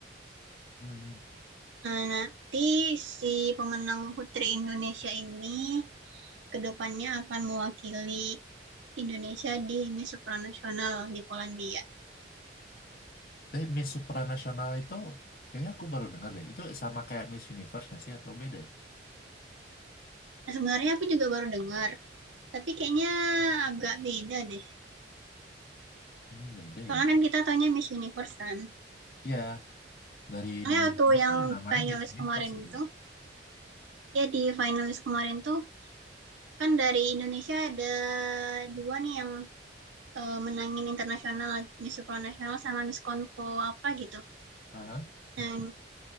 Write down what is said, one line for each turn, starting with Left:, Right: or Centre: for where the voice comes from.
Left: Hmm.
Right: Nah, nanti si pemenang Putri Indonesia ini kedepannya akan mewakili Indonesia di Miss Supranasional di Polandia.
Left: Tapi Miss Supranasional itu kayaknya aku baru dengar deh. Itu sama kayak Miss Universe nggak sih atau beda ya?
Right: Nah, sebenarnya aku juga baru dengar, tapi kayaknya agak beda deh.
Left: Hmm, beda ya.
Right: Soalnya kan kita taunya Miss Universe kan.
Left: Ya. dari
Right: Soalnya
Left: dulu
Right: waktu
Left: dulu
Right: yang
Left: tuh namanya
Right: finalis
Left: Miss Universe
Right: kemarin
Left: gitu
Right: itu,
Left: loh.
Right: ya di finalis kemarin tuh kan dari Indonesia ada dua nih yang eh, menangin internasional, Miss Supranasional Nasional sama Miss Konfo apa gitu.
Left: Aha.
Right: Dan